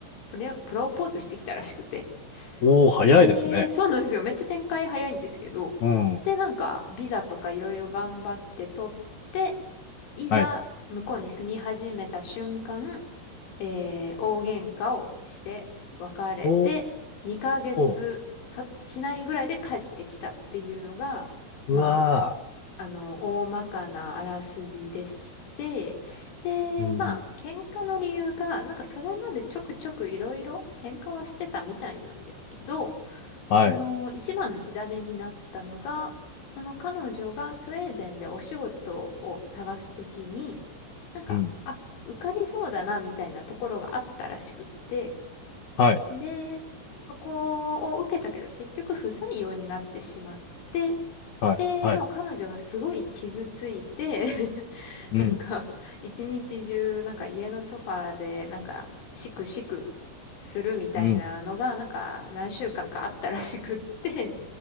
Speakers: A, on the left (about 75°); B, on the left (about 60°).
A: プレ、プロポーズしてきたらしくて。
B: おお、早いですね。
A: で、そうなんですよ。めっちゃ展開早いんですけど。
B: うん、
A: で、なんか、ビザとかいろいろ頑張って取って、いざ、
B: はい。
A: 向こうに住み始めた瞬間、えー大喧嘩をして別れて2ヶ月たしないぐらいで帰ってきたっていうのが、
B: おーうわ
A: まあ、あの、大まかなあらすじでして、で、
B: ー、うん、
A: まあ、喧嘩の理由が、なんかそれまでちょくちょくいろいろ喧嘩はしてたみたいなんですけど、
B: はい、
A: その一番の火種になったのが、その彼女がスウェーデンでお仕事を探すときに、なんか、
B: うん、
A: あ、受かりそうだなみたいなところがあったらしくって、
B: はい、
A: で、そこを受けたけど結局不採用になってしまって、
B: はい、
A: で、
B: はい、
A: もう彼女がすごい傷ついて <laughs>
B: うん、
A: なんか、一日中、なんか家のソファーで、なんか、しくしくするみたいなのが、
B: うん、
A: なんか、何週間かあったらしくって、